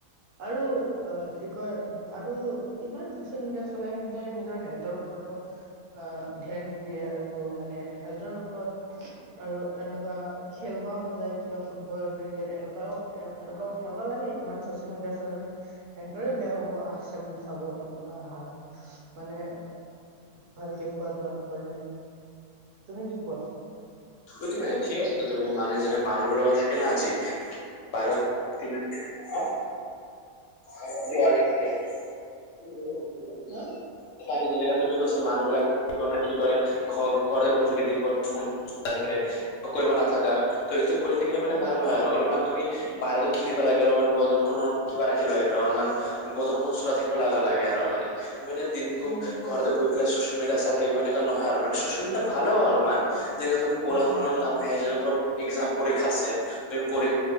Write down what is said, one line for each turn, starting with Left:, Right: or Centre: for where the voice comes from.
Right: আৰু অ, কি কয় আৰু ইমান চচিয়েল মিডিয়া চলাই, সেনেতে নিজৰ হেল্থৰ ওপৰতো অ, ধ্যান নিদিয়ে আৰু মানে হেল্থৰ ওপৰত। আৰু এনেকুৱা খেলবাও নাযায় কিবা ফুটবল ক্ৰিকেট এনেকুৱা। এ এনেকুৱা খেলাব লাগে ইমান চচিয়েল মিডিয়া চলালে। সেহতৰে বেয়া হ'ব, আগ চাগ বিষাব ই হাত। মানে ভালকে খোৱা দোৱা নকৰিলে তুমি কি কোৱা?
Left: প্ৰতি ম ঠিক আছে। তুমি মানে যেনে মানুহ বোল থাকে ন আজি বা ম হ য আৰু এক মিনট <unintelligible> নিশ্চ
Right: ন
Left: <unintelligible> পাণ্ড যেনেকে তুমি কৈছা মানুহ বিলাক কি কৰে ন কি কৰে ঘ ঘৰে বহি থাকি দিনবোৰ, ফোন থাকে কৰিব নথাকা। ত' এইটো কৰি থাকিলে মানে
Right: অ',
Left: ভাল নহয় আৰু অলপমান, তুমি বাহিৰো খেলিবা লাগে, অলপমান বদন খনৰ কিবা ৰাখিল লাগে অলমান। বদনখন চৰা থাকিব লাগা লাগে আৰু মানে তুমি দিনটো
Right: উম,
Left: ঘৰতে বহি পেলাই চচিয়েল মিডিয়া চাই থাকিব এনেকুৱা নহয় আৰু মান সোচিয়েল মিডিয়া ভালে হ'ল অলপমান। যেনে তুমি পঢ়া
Right: অ',
Left: শুনাৰ
Right: অ',
Left: কাম আহে, যেনে তোমাৰ এক্সাম পৰীক্ষা আছে। তুমি পৰী